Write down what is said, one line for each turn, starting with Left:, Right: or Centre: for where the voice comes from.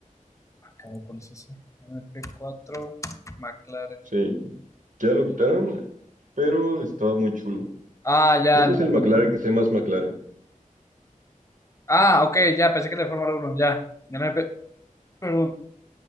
Left: caray, ¿Cuál es ese? MP4 McLaren.
Right: Sí, ya lo quitaron, pero estaba muy chulo.
Left: Ah, ya,
Right: Creo que
Left: la
Right: es el McLaren
Left: Fórmula uno.
Right: que se llama más McLaren.
Left: Ah, ok, ya, pensé que era de Fórmula 1, ya. Ya me pe- Perdón.